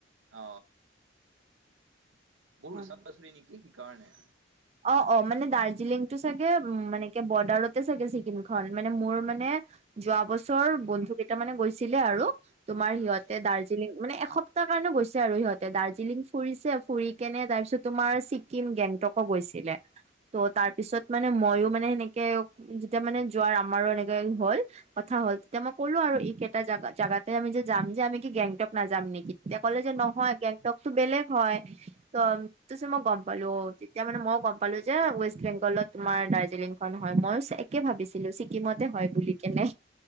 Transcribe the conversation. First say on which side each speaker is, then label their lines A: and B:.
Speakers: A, on the right; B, on the right.
A: অ
B: হয়।
A: বহুত ওচৰা-ওচৰি নেকি সি কাৰণে
B: অ অ মানে দাৰ্জিলিং টো চাগে উ মানে কি বৰ্ডাৰতে চাগে ছিকিম খন মানে মোৰ মানে যোৱা বছৰ বন্ধু কেইটা মানে গৈছিলে আৰু তোমাৰ
A: উম
B: সিহঁতে দাৰ্জিলিং মানে এসপ্তাহ তাৰ কাৰণে গৈছে আৰু সিহঁতে দাৰ্জিলিং ফুৰিছে ফুৰি কেনে তাৰপিছত তোমাৰ ছিকিম গেংটক গৈছিলে। তো তাৰ পিছত মানে মইও মানে সেনেকে যেতিয়া মানে যোৱাৰ আমাৰো এনেকে হল কথা হ'ল তেতিয়া মই ক'লো আৰু ই কেইটা জা জেগাতে আমি যে যাম যে আমি কি গেংটক নাযাম নেকি নেকি তেতিয়া কলে যে নহয় গেংটকতো বেলেগ হয় ত ত মই গম পালো অ এতিয়া মানে মইও গম পালো যে ৱেষ্ট বেংগলত তোমাৰ দাৰ্জিলিংখন হয় মই একে ভাবিছিলো ছিকিমতে হয় বুলি কেনে